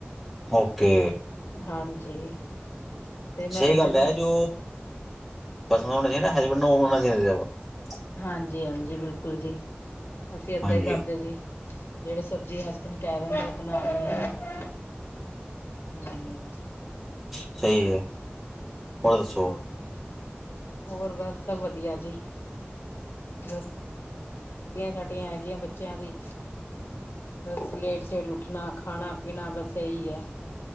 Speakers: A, in the centre; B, on the left (about 85°).
A: ਓਕੇ।
B: ਹਾਂਜੀ। ਤੇ ਮੈਂ
A: ਸਹੀ
B: ਕਿਹਾ
A: ਗੱਲ
B: ਚਲੋ
A: ਹੈ, ਜੋ ਪਸੰਦ ਹੋਣਾ ਸੀ ਨਾ ਹਜ ਵਿੰਨ ਮੂ ਮ ਚ <unintelligible>
B: ਹਾਂਜੀ- ਹਾਂਜੀ ਬਿਲਕੁਲ ਜੀ। ਅਸੀਂ ਏਦਾਂ
A: ਹਾਂਜੀ
B: ਹੀ ਕਰਦੇ ਜੀ। ਜਿਹੜੇ ਸਬਜ਼ੀ ਹਸਬੈਂਡ ਕਹਿ ਦਿੰਦੇ, ਬਣਾ ਦਿੰਦੇ, ਹੂੰ
A: ਸਹੀ ਹੈ। ਹੋਰ, ਦੱਸੋ?
B: ਹੂੰ ਹੋਰ, ਬਸ ਸਭ ਵਧੀਆ ਜੀ, ਬਸ ਛੁੱਟੀਆਂ- ਛਾਟੀਆਂ ਹੈਗੀਆਂ, ਬੱਚਿਆਂ ਦੀ ਬਸ ਲੇਟ ਸ਼ੇਟ ਉੱਠਣਾ, ਖਾਣਾ- ਪੀਣਾ ਬਸ ਇਹੀ ਹੈ,